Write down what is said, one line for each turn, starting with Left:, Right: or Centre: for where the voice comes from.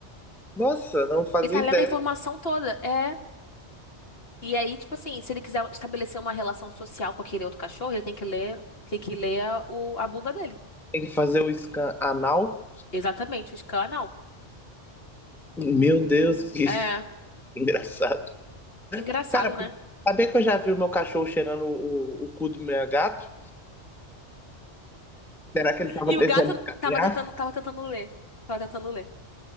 Centre: Nossa, não fazia
Left: Ele tá
Centre: ideia.
Left: lendo a informação toda. É. E aí, tipo assim, se ele quiser estabelecer uma relação social com aquele outro cachorro, ele tem que ler, tem que ler a, o- a bunda dele.
Centre: Tem que fazer o scan anal.
Left: Exatamente, o canal.
Centre: Meu Deus, que
Left: É.
Centre: <laughs> engraçado.
Left: Engraçado,
Centre: Cara,
Left: né?
Centre: mas sabia que eu já vi o meu cachorro cheirando o, o cu do meu gato? Será que ele tava
Left: E
Centre: tentando
Left: o gato
Centre: escanear?
Left: tava tentando, tava tentando ler. Tava tentando ler.